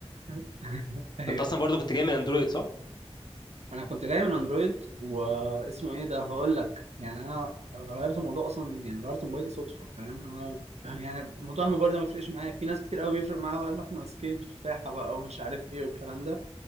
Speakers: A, on the right; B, on the left.
A: <laughs> ايوه
B: انت اصلا برضو كنت جاي من اندرويد صح
A: انا كنت جاي من اندرويد واسمه ايه ده هقول لك يعني انا غيرت الموضوع اصلا يعني غيرت موبايلي صدفة فاهم انا <clears throat> يعني موضوع الموبايل ده ما بيفرقش معايا في ناس كتير قوي بيفرق معايا بقى اللي احنا ماسكين تفاحة بقى ومش عارف ايه والكلام ده